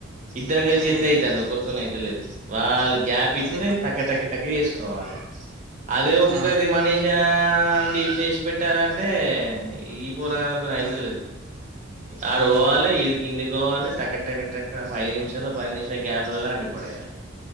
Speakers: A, on the right; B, on the right.
A: ఇద్దరం కలిసి ఎత్తే
B: ఆ,
A: అయితది ఒకరితో అయి లేదు వాళ్ళక్ గ్యాప్ ఇత్తే
B: ఎందుకు
A: టక టక టక ఏ స్ కోవాలే అదే ఒక్కది
B: ఆ,
A: మనీషా ఆ న్ చేసి పెట్టాలంటే ఈ పోరగాళ్లతో న్ అయితలేదు.
B: ఆ,
A: ఆడు
B: ఆ,
A: పోవాలే ఇడి కిందికొవాలే టక్క టక్క ఐదు నిమిషాల పది నిమిషాల గ్యాప్ లోలా వండి పడేయాలే,